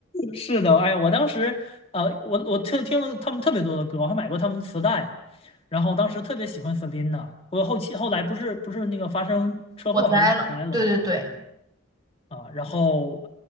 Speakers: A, on the left; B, on the right.
A: 是的。哎，我当时，呃，我我特听了他们特别多的歌，我还买过他们磁带，然后当时特别喜欢 Selina。我后期后来不是不是那个发生车祸还是回来了吗？
B: 我栽了。对对对
A: 啊，然后